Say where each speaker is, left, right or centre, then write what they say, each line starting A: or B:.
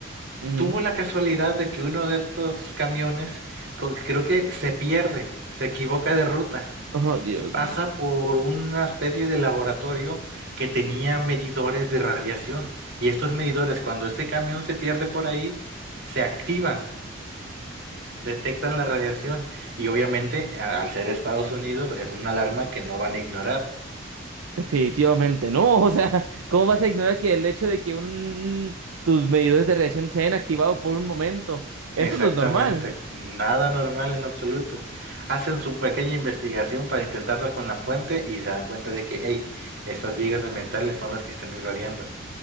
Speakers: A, on the right (about 85°); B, on the right (about 60°).
A: Ujú.
B: Tuvo la casualidad de que uno de estos camiones, co- creo que se pierde, se equivoca de ruta
A: Oh, Dios
B: y pasa
A: mío.
B: por una especie de laboratorio que tenía medidores de radiación. Y estos medidores, cuando este camión se pierde por ahí, se activan Detectan la radiación y obviamente a- al ser Estados Unidos es una alarma que no van a ignorar.
A: Definitivamente no, <laughs> o sea, ¿cómo vas a ignorar que el hecho de que un, tus medidores de radiación se hayan activado por un momento?
B: Exactamente,
A: Eso no es normal.
B: nada normal en absoluto. Hacen su pequeña investigación para intentar dar con la fuente y se dan cuenta de que, hey, estas vigas de metales son las que están irradiando.